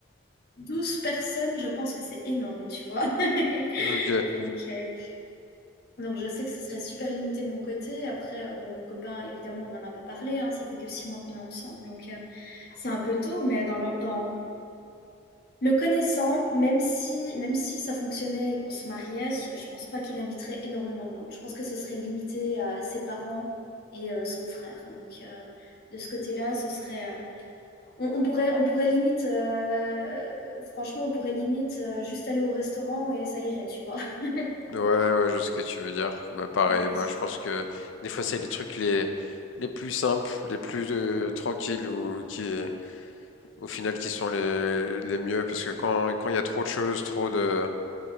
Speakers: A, on the left; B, on the left.
A: Douze personnes, je pense que c'est énorme, tu vois. <laughs>
B: Ok.
A: Donc, euh, donc je sais que ce serait super limité de mon côté. Après, euh, bon, mon copain, évidemment, on n'en a pas parlé, hein, ça fait que six mois qu'on est ensemble, donc euh, c'est un peu tôt, mais dans le, dans le connaissant, même si, même si ça fonctionnait et qu'on se mariait, je pense pas qu'il inviterait énormément de monde. Je pense que ce serait limité à ses parents et euh, son frère. Donc, euh, de ce côté-là, ce serait, euh, on, on pourrait, on pourrait limite, heu, franchement, on pourrait limite, heu, juste aller au restaurant et ça irait, tu vois? <laughs>
B: Ouais, ouais, je vois ce que tu veux dire. Bah, pareil,
A: Ouais,
B: moi je pense que des fois c'est les trucs les, les plus simples, les plus euh, tranquilles ou qui au final qui sont les, les mieux parce que quand quand il y a trop de choses, trop de